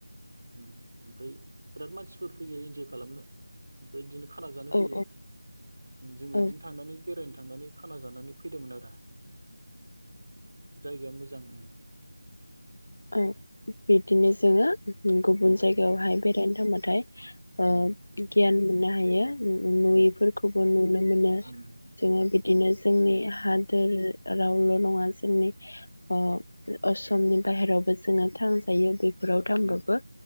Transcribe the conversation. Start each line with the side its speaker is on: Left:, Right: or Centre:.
Right: उम ओमफ्राय बिराद मानसि फोर फैयो इनजय खालामनो ओमफ्राय इदिनो खाना जानो
Left: औ
Right: फैयो, जोंबो
Left: औ
Right: इदिनो थांनानै बेरायनो थांनानै खाना जानानै फैदोंमोन आरो। जायगाया मो जां उम।
Left: औ बिदिनो जोङो गुबुन
Right: उम
Left: जायगायावहाय बेरायनो थांमोन। थाइ ओ
Right: उम
Left: गियान मोननो हायो। उम उम नुयिफोरखौबो
Right: औ
Left: नुनो मोनो
Right: उम
Left: जोङो बिदिनो जोंनि
Right: उम
Left: हादोर रावल' नङा जोंनि ओ असमनि बाहेरावबो जोङो थांजायो बे बेफोराव थांबाबो
Right: उम